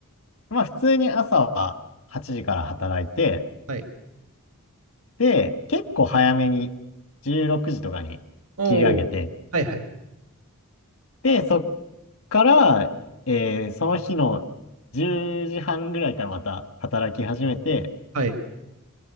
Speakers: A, on the left (about 65°); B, on the right (about 75°).
A: まあ普通に朝は8時から働いて、
B: はい。
A: で、結構早めに16時とかに切り上げて、
B: おお。はいはい。
A: で、そっから、えーその日の10時半ぐらいからまた働き始めて、
B: はい。